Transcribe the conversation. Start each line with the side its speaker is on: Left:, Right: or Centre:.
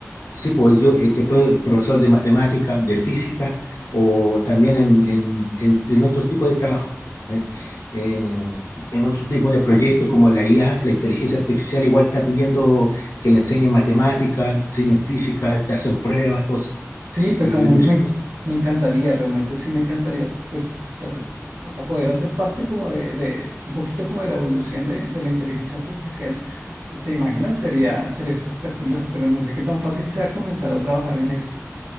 Left: Sí, pues yo eh, te puede, profesor de matemática, de física o también en, en, en, en otros tipos de trabajo, eh, eh, en otros tipos de proyectos como la IA, la inteligencia artificial, igual está pidiendo que le enseñen matemática, enseñen física, te hacen pruebas, todo eso,
Right: Sí, pues
Left: y
Right: a mí
Left: muchas
Right: me, en-
Left: cosas.
Right: me encantaría, realmente sí me encantaría, pues tra- para poder hacer parte como de, de- un poquito como de la evolución de, de la inteligencia artificial. ¿Te imaginas? Sería, sería espectacular, pero no sé qué tan fácil sea comenzar a trabajar en eso.